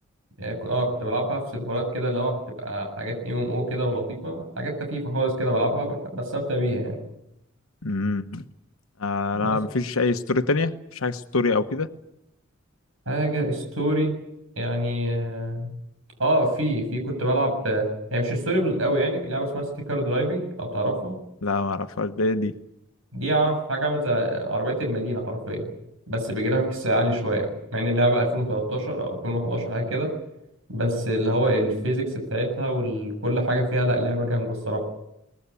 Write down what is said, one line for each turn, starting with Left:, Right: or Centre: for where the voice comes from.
Right: يعني ك- اه كنت بلعبها في سيرفرات كده اللي هو هتبقى حاجات ام ام او كده ولطيفه حاجات خفيفه خالص كده بلعبها بح- بستمتع بيها يعني
Left: امم آه،
Right: بس
Left: انا ما فيش اي ستوري تانية ما فيش حاجة ستوري او كده
Right: حاجه ستوري يعني آه، اه في في كنت بلعب آه، يعني مش ستوري قوي يعني في لعبه اسمها سيتي كار درايفنج لو تعرفها
Left: لا ما اعرفهاش ده إيه دي
Right: دي ع- حاجه عامله زي عربيه المدينه حرفيا بس بجرافيكس عالي شويه مع ان اللعبه 2013 او 2011 حاجه كده بس اللي هو الفيزيكس بتاعتها وكل حاجه فيها لا لعبه جامده الصراحه